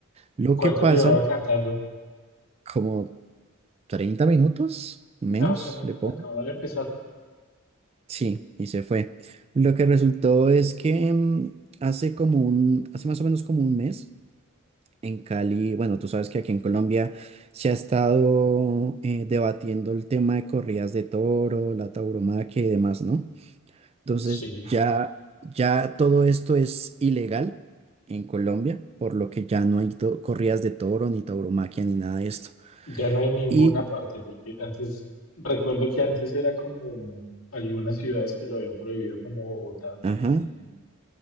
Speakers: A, on the right (about 30°); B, on the left (about 80°).
A: Lo
B: ¿Cuánto
A: que pasa,
B: llevaba cantando?
A: como 30 minutos menos,
B: Ah, o sea,
A: le pongo.
B: acababa de empezar.
A: Sí, y se fue. Lo que resultó es que mm, hace como un, hace más o menos como un mes en Cali, bueno, tú sabes que aquí en Colombia se ha estado eh, debatiendo el tema de corridas de toro, la tauromaquia y demás, ¿no? Entonces
B: Sí,
A: ya, ya todo esto es ilegal en Colombia, por lo que ya no hay to- corridas de toro, ni tauromaquia, ni nada de esto.
B: ya no hay ninguna
A: Y,
B: parte, porque antes, recuerdo que antes era como algunas ciudades que lo habían prohibido, como Bogotá, Medellín.
A: ajá,